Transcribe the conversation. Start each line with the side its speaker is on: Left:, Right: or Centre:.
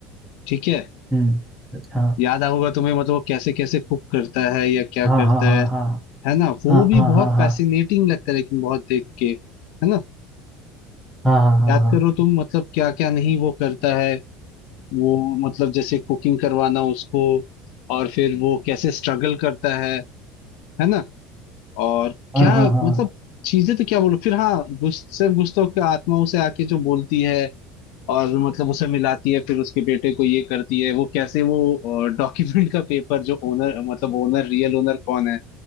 Left: ठीक है
Centre: हम्म हाँ
Left: याद होगा तुम्हें मतलब वो कैसे कैसे कुक करता है या क्या
Centre: हाँ
Left: करता
Centre: हाँ
Left: है
Centre: हाँ
Left: है ना वो
Centre: हाँ
Left: भी
Centre: हाँ
Left: बहुत
Centre: हाँ हाँ
Left: फैसिनेटिंग लगता है लेकिन बहुत देख के है ना
Centre: हाँ हाँ हाँ
Left: याद
Centre: हाँ
Left: करो तुम मतलब क्या क्या नहीं वो करता है वो मतलब जैसे कुकिंग करवाना उसको और फिर वो कैसे स्ट्रगल करता है है ना और
Centre: हाँ
Left: क्या
Centre: हाँ हाँ हाँ
Left: मतलब
Centre: हाँ
Left: चीजें तो क्या बोलो फिर हाँ गुस, सिर्फ गुस्तों की आत्मा उसे आके जो बोलती है और मतलब उसे मिलाती है फिर उसके बेटे को ये करती है वो कैसे वो डॉक्यूमेंट का पेपर जो ओनर मतलब ओनर रियल ओनर कौन है